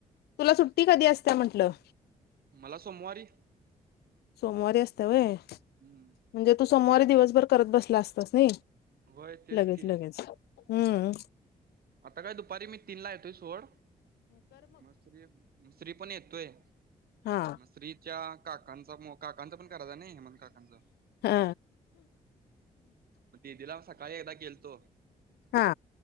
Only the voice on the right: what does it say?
मला सोमवारी
हम्म
होय तेच
की
आता काय दुपारी मी तीन ला येतोय सोड मग श्री पण येतोय
मग श्री च्या काकांचा मो काकांच पण करायच नाही हेमंत काकांच
म दिदीला सकाळी एकदा गेलतो